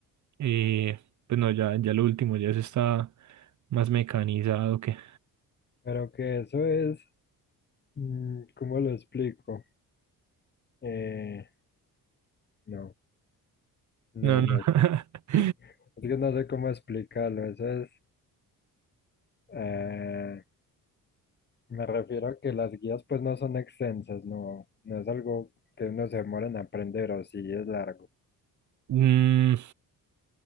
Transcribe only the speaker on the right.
Eh, pues no, ya, ya lo último, ya se está más mecanizado que...
No, no.
<laughs>
Mm,